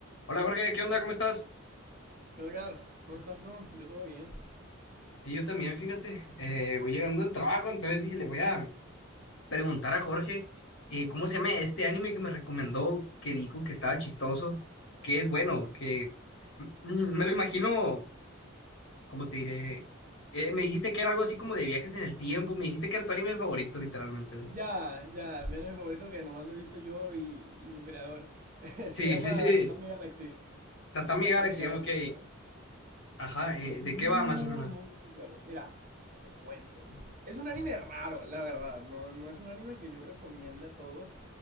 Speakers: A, on the left (about 60°); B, on the right (about 40°).
A: Hola Jorge, ¿qué onda? ¿Cómo estás?
B: ¿Qué onda, Gar? ¿Cómo estás tú? Yo todo bien.
A: Sí, yo también, fíjate, eh, voy llegando del trabajo, entonces dije, le voy a preguntar a Jorge eh, cómo se llama este anime que me recomendó, que dijo que estaba chistoso, que es bueno, que mm, me lo imagino, ¿cómo te diré? Eh, me dijiste que era algo así como de viajes en el tiempo, me dijiste que era tu anime favorito, literalmente. güey.
B: Ya, ya, mi anime favorito que nomás lo he visto yo y, y su creador. <laughs>
A: Sí,
B: Se llama
A: sí, sí,
B: Tatami Galaxy.
A: Tatami
B: Tatami
A: Galaxy,
B: Galaxy
A: ok.
B: se llama.
A: Ajá, eh,
B: Es
A: ¿de
B: muy,
A: qué va más o menos?
B: muy bueno. Mira, te cuento. Es un anime raro, la verdad. No, no es un anime que yo recomiende a todos